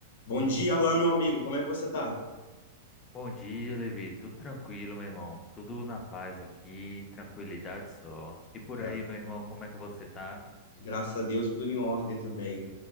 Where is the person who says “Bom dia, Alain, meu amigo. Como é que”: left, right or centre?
Left